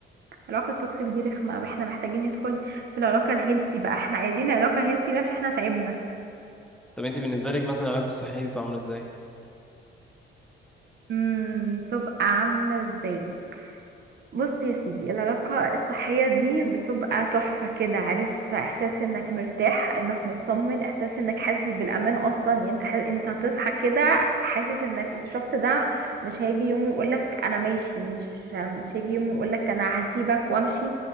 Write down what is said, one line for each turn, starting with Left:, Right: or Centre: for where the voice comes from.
Right: العلاقة التوكسيك دي رخمة قوي احنا محتاجين ندخل في العلاقة الهيلثي بقى احنا عايزين علاقة هيلثي بقى عشان احنا تعبنا
Centre: طب انت بالنسبة لك مثلا العلاقة الصحية دي بتبقى عاملة ازاي؟
Right: امم تبقى عاملة ازاي بص يا سيدي العلاقة الصحية دي بتبقى تحفة كده عارف احساس انك مرتاح انك مطمن احساس انك حاسس بالامان اصلا يعني انت حاسس انت هتصحى كده حاسس انك الشخص ده مش هيجي يوم يقولك انا ماشي مش مش هيجي يوم يقولك انا هسيبك وامشي